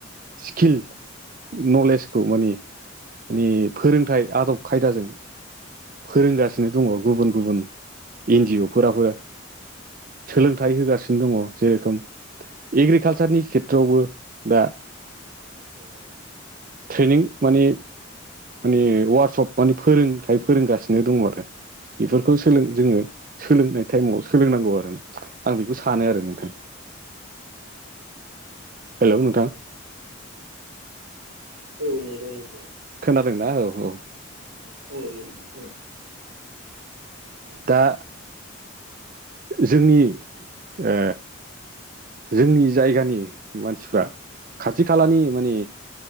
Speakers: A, on the right; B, on the right.
A: स्किल नलेजखौ माने माने फोरोंथाइ आदब खायदाजों फोरोंगासिनो दङ गुबुन गुबुन एनजअ फोराबो सोलोंथाइ होगासिनो दंङो जे रोखोम एग्रिकालसारनि खेथ्रआवबो दा ट्रेनिं माने माने वार्कशप माने फोरोंथाय फोरोंगासिनो दङ आरो बेफोरखौ सोलों जोङो सोलोंनाय टाइमाव सोलोंनांगौ आरो आं बेखौ सानो आरो नोंथां
B: <inaudible>
A: हेल' नोंथां
B: औ नंगौ नोंथां
A: खोनादोंना औ-औ
B: औ नोंथां खोनादों
A: दा जोंनि आ जोंनि जायगानि मानसिफ्रा खाथि खालानि मानि